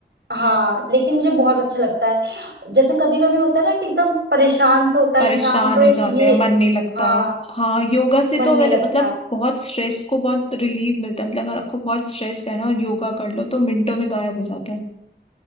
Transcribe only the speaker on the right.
हाँ लेकिन मुझे बहुत अच्छा लगता है जैसे कभी कभी होता है ना कि एकदम परेशान से होता
है इंसान तो एक
ये
हाँ
मन
नहीं
लगता